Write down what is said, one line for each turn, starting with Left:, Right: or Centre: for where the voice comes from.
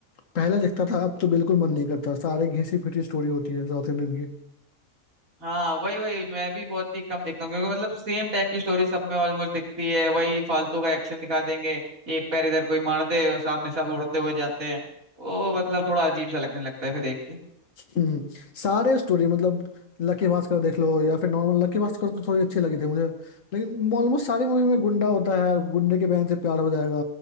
Left: पहले देखता था अब तो बिल्कुल मन नहीं करता सारे घिसी पिटी स्टोरी होती है साउथ इंडियन की
Right: हाँ वही वही मैं भी बहुत ही कम देखता हूँ क्योंकि मतलब सेम टाइप की स्टोरी सब में ऑलमोस्ट दिखती है वही फालतू का एक्शन दिखा देंगे एक पैर इधर कोई मार दे और सामने सब उड़ते हुए जाते हैं वो मतलब थोड़ा अजीब सा लगने लगता है फिर देख के
Left: हम्म, सारे स्टोरी मतलब लकी भास्कर देख लो या फिर नॉर्मल लकी भास्कर तो थोड़ी अच्छी लगी थी मुझे लेकिन ऑलमोस्ट सारी मूवी में गुंडा होता है गुंडे के बहन से प्यार हो जाएगा